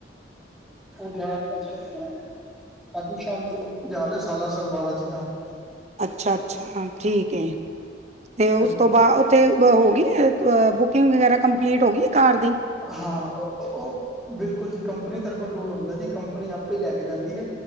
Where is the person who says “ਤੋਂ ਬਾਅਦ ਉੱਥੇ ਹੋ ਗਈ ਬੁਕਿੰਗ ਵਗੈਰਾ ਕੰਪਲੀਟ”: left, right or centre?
Right